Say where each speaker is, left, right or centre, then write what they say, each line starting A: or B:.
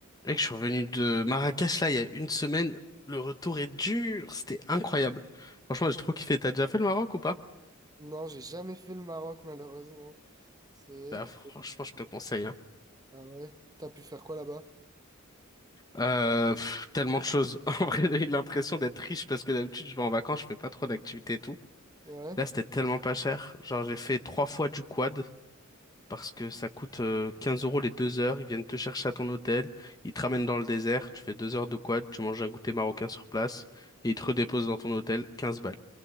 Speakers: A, on the left (about 20°); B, on the right (about 20°).
A: Mec, je suis revenu de Marrakech là il y a une semaine. Le retour est dur, c'était incroyable. Franchement, j'ai trop kiffé. T'as déjà fait le Maroc ou pas?
B: Non, j'ai jamais fait le Maroc, malheureusement. C'est vrai
A: Bah,
B: que...
A: franchement, je te conseille. hein.
B: Ah ouais? T'as pu faire quoi là-bas?
A: Euh, pff, tellement de choses. <laughs> En vrai, j'ai eu l'impression d'être riche parce que d'habitude, je vais en vacances, je fais pas trop d'activités et tout.
B: Ouais.
A: Là, c'était tellement pas cher. Genre, j'ai fait trois fois du quad parce que ça coûte euh, 15 euros les deux heures. Ils viennent te chercher à ton hôtel, ils te ramènent dans le désert, tu fais deux heures de quad, tu manges un goûter marocain sur place et ils te redéposent dans ton hôtel, Quinze balles.